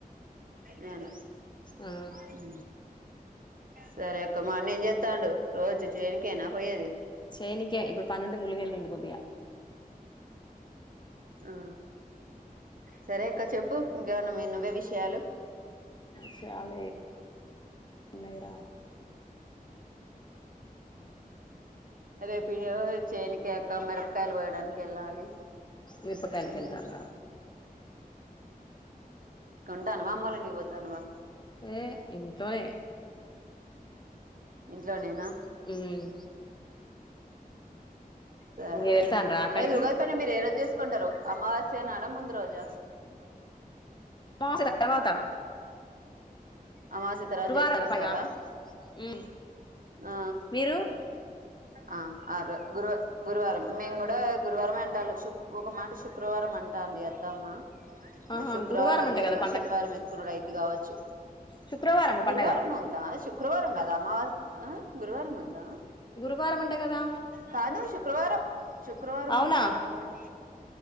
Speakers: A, on the right; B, on the left.
A: నేను
B: ఆ
A: హ్ సరే అక్కా మా అన్నా ఎం చేత్తాండు రోజు చేనుకేనా పోయేది.
B: చేనికే ఇప్పుడు పనుండి ములుగు ఎల్లిండు కొద్దిగా. <inaudible>
A: ఆ సరే అక్క చెప్పు ఇంకా ఎమన్నా నువ్వే విషయాలు.
B: సయాల నేర
A: రేపు ఇ చేనకి క మిరపకాయలు పోయడానికి వెళ్ళాలి
B: విప్పకాయలకి
A: ఉమ్
B: వెళ్తాంద
A: తన్వా అమ్మవాళ్ళ ఇంటికి పోతున్నావా
B: ఏ ఇంట్లోనే
A: ఇంట్లో నేను
B: మ్మ్
A: సరే
B: మీరు
A: అక్క
B: వెళ్తాండ్రా అక్కడికి
A: ఏదురుగాది పని మీరు ఏ రోజు చేస్త తీకుంటరు అమావాస్య నాడ ముందు రోజా.
B: ముచ్చట తర్వాత
A: అమావాస్య తర్వతా
B: గురువారం
A: చేసుకుంటారా.
B: కదా పైగా మ్మ్
A: ఆ
B: మీరు
A: ఆ ఆ గురువ గురువారం మేము కూడా గురువారం అంటాల్లు ఒక మాట శుక్రవారం అంటాంది అత్తమ్మ.
B: ఆహా
A: మరి శుక్రవారం
B: గురువారం అంట
A: చేసుకొని
B: కదా
A: శనివారం ఎత్తుకునుడు అయిద్ది కావచ్చు.
B: శుక్రవారమ పండగ
A: గురువారం ఉందా శుక్రవారం కదా అమావస్ అ గురువారం ముందా
B: గురువారం అంట కదా
A: కాదు శు శుక్రారు శుక్రవారం
B: అవునా
A: ఉంది క్యాలెండర్ లో